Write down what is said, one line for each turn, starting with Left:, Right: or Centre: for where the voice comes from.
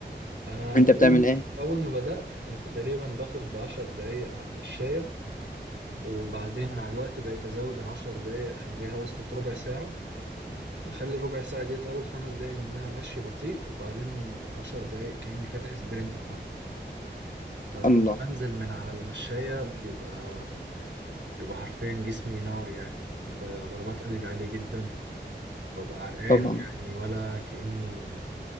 Right: انا
Left: انت بتعمل
Right: اول
Left: ايه
Right: اول ما بدأت كنت تقريبا باخد عشر دقايق على المشاية وبعدين مع الوقت بقيت أزود العشر دقايق أخليها وصلت ربع ساعة بخلي الربع ساعة ديت أول خمس دقايق منها مشي بطيء وبعدين عشر دقايق كأني فاتح سبرنت في ملعب فبنزل
Left: الله
Right: من على المشاية بيبقى بيبقى حرفيا جسمي نار يعني بيبقى ضربات قلبي عالية جدا ببقى عرقان
Left: طبعا
Right: يعني ولا كأني